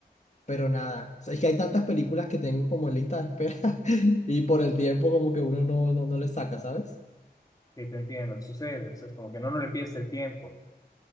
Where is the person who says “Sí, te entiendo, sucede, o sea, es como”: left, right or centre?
Left